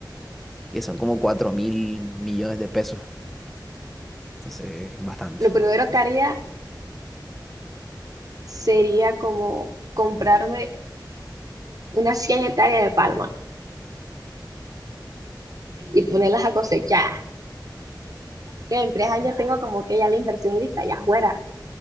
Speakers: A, in the centre; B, on the right.
A: Que son como cuatro mil millones de pesos Entonces, bastante.
B: Lo primero que haría sería como comprarme unas 100 hectáreas de palma y ponerlas a cosechar. Que en tres años tengo como que ya la inversión lista, ya fuera.